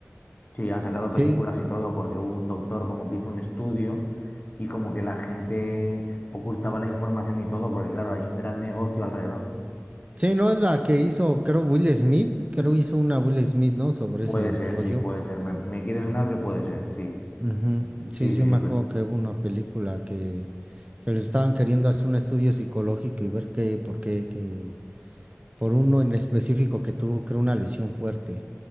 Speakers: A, on the left; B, on the right.
A: Sí, han sacado
B: sí,
A: películas y todo, porque hubo un doctor como que hizo un estudio y como que la gente ocultaba la información y todo, porque claro, hay un gran negocio alrededor.
B: Sí, no es la que hizo, creo, Will Smith. Creo hizo una Will Smith, ¿no? Sobre
A: Puede
B: ese
A: ser,
B: rollo.
A: sí, puede ser. Me, me quiere sonar que puede ser, sí.
B: Ujú. Sí,
A: Sí,
B: sí,
A: sí,
B: me
A: sí, pero,
B: acuerdo que hubo una película que, que les estaban queriendo hacer un estudio psicológico y ver qué, por qué, que, por uno en específico que tuvo, creo, una lesión fuerte